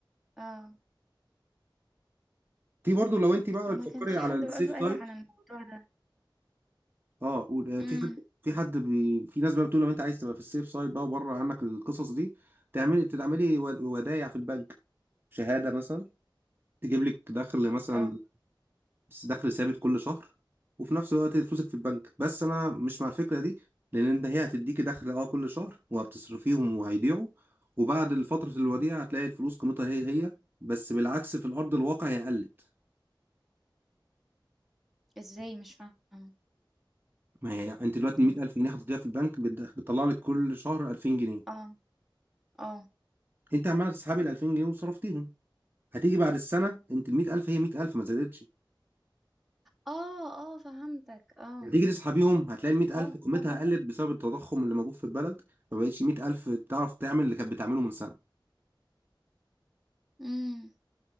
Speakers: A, in the centre; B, on the right (about 25°).
A: اه
B: في برضه لو أنت بقى
A: انا
B: بتفكري
A: كان في
B: على
A: حد
B: السيف
A: برضه
B: سايد
A: قال لي على الموضوع ده
B: اه قول آه،
A: امم
B: في حد في حد بي... في ناس بقى بتقول لو انت عايز تبقى في السيف سايد بقى وبره عنك القصص دي تعملي تتعملي ود- ودايع في البنك شهادة مثلا تجيب لك دخل مثلا
A: اه
B: بس دخل ثابت كل شهر وفي نفس الوقت فلوسك في البنك بس انا مش مع الفكرة دي لان انت هي هتديكي دخل اه كل شهر وهتصرفيهم وهيضيعوا وبعد فترة الوديعة هتلاقي الفلوس قيمتها هي هي بس بالعكس في الارض الواقع هي قلت
A: ازاي مش فاهمه
B: ما هي انت دلوقتي
A: امم
B: 100000 جنيه هتديها في البنك بتدخ- بتطلع لك كل شهر 2000 جنيه
A: اه اه
B: انت عماله تسحبي ال 2000 جنيه وصرفتيهم هتيجي بعد السنه انت ال 100000 هي 100000 ما زادتش
A: اه اه فهمتك اه
B: هتيجي تسحبيهم هتلاقي ال 100000
A: اه
B: قيمتها
A: تصدق
B: قلت بسبب التضخم اللي موجود في البلد ما بقتش 100000 تعرف تعمل اللي كانت بتعمله من سنه
A: امم